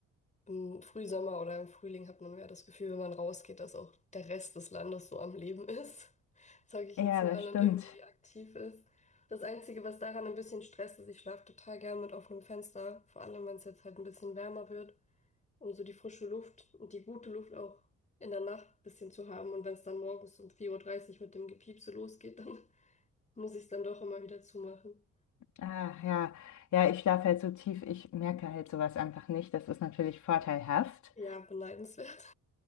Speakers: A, on the left; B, on the left.
A: im Frühsommer oder im Frühling hat man mehr das Gefühl, wenn man rausgeht, dass auch der Rest des Landes so am Leben ist. <laughs> Sage ich
B: ja,
A: jetzt mal
B: das
A: und
B: stimmt.
A: irgendwie aktiv ist. Das Einzige, was daran ein bisschen Stress ist, ich schlafe total gern mit offenem Fenster, vor allem wenn es jetzt halt ein bisschen wärmer wird um so die frische Luft und die gute Luft auch in der Nacht ein bisschen zu haben. Und wenn es dann morgens um vier Uhr dreißig mit dem Gepiepse losgeht, dann <laughs> muss ich es dann doch immer wieder zumachen.
B: Ah, ja, ja, ich schlafe halt so tief, ich merke halt sowas einfach nicht. Das ist natürlich vorteilhaft.
A: Ja, beneidenswert.